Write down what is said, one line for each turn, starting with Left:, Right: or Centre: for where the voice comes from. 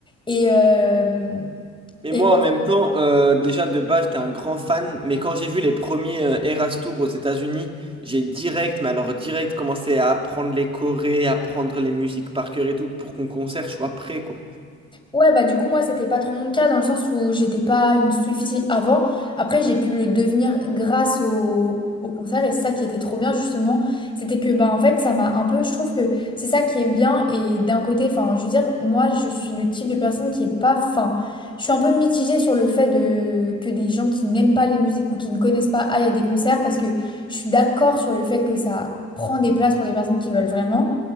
Left: Et, euh,
Right: Mais
Left: et
Right: moi, en même temps, euh, déjà de base, j'étais un grand fan, mais quand j'ai vu les premiers euh, Eras Tour aux États-Unis, j'ai direct, mais alors direct, commencé à apprendre les chorés, apprendre les musiques par cœur et tout, pour qu'on concert, soit prêt, quoi.
Left: Ouais, bah du coup, moi, c'était pas trop mon cas dans le sens où j'étais pas une Swiftie avant. Après, j'ai pu le devenir grâce au, au concert et c'est ça qui était trop bien, justement. C'était que, bah en fait, ça m'a un peu. Je trouve que c'est ça qui est bien et d'un côté, enfin, je veux dire, moi, je suis le type de personne qui est pas fin. Je suis un peu mitigée sur le fait de... que des gens qui n'aiment pas les musiques ou qui ne connaissent pas aillent à des concerts parce que je suis d'accord sur le fait que ça prend des places pour des personnes qui veulent vraiment.